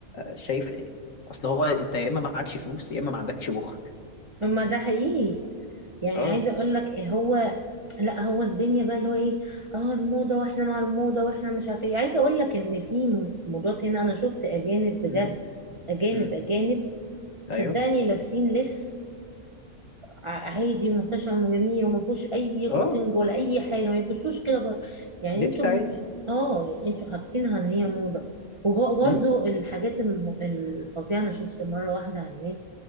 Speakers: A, on the left (about 60°); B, on the right (about 40°).
A: شايف إيه؟ اصل هو انت يا اما معكش فلوس يا اما ما عندكش مخ
B: ما ده حقيقي
A: <laughs>
B: يعني
A: اه
B: عايزه اقول لك إيه هو لا هو الدنيا بقى اللي هو ايه اه الموضه واحنا مع الموضه واحنا مش عارف ايه عايزه اقول لك ان في موضات هنا انا شفت اجانب بجد
A: امم
B: اجانب
A: امم
B: اجانب صدقني
A: ايوه
B: لابسين لبس ع- عادي ومحتشم وجميل وما فيهوش اي
A: اه
B: كاتنج ولا اي حاجه ما يلبسوش كده بره يعني
A: لبس
B: انتوا
A: عادي
B: اه انتوا حاطينها ان هي موضه وبرضه
A: امم
B: الحاجات الم- الفظيعه انا شفت مره واحده على النت